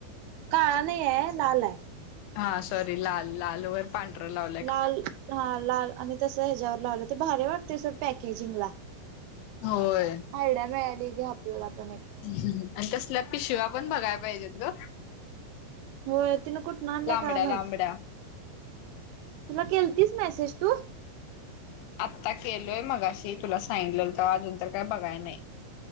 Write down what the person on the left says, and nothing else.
हा सॉरी लाल लाल वर. <inaudible>
होय.
<inaudible> आणि तसला पिशिवा पण बघाय पाहिजेत ग.
लांबड्या
लांबड्या
आत्ता केलोय मगाशी तुला सांगितलंलं तर अजून तर काही बघाय नाही.